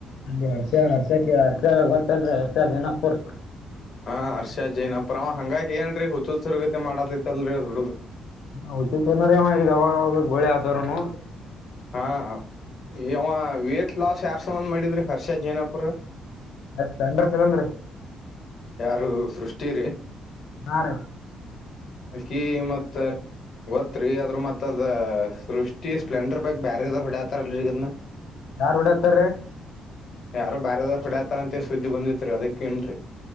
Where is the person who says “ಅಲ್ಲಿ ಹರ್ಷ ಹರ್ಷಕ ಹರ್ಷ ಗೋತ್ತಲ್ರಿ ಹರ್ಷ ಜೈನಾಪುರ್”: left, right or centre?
Left